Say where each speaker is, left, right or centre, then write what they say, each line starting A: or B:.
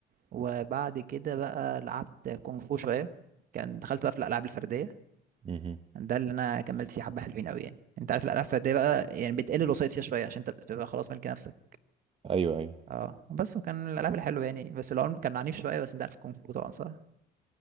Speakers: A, on the right; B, on the right.
A: وبعد كده بقى لعبت كونغ فو شويه كان دخلت بقى في الالعاب الفرديه
B: مهم.
A: ده اللي انا كملت فيه حبه حلوين قوي يعني انت عارف الالعاب الفرديه بقى يعني بتقل الوسائط فيها شويه عشان انت بتبقى خلاص ملك نفسك
B: ايوه ايوه
A: اه بس وكان الالعاب الحلوه يعني بس العمر كان عنيف شويه بس انت عارف الكونغ فو طبعا صح